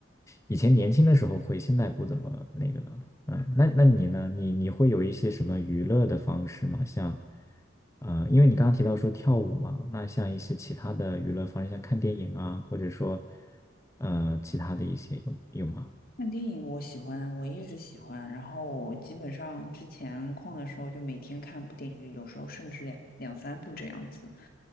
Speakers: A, on the left; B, on the left.
A: 以前年轻的时候会，现在不怎么那个了。嗯，那那你呢？你你会有一些什么娱乐的方式吗？像，呃，因为你刚刚提到说跳舞嘛，那像一些其他的娱乐方式，像看电影啊，或者说，呃，其他的一些有有吗？
B: 看电影我喜欢，我一直喜欢。然后我基本上之前空的时候就每天看部电影，有时候甚至两两三部这样子。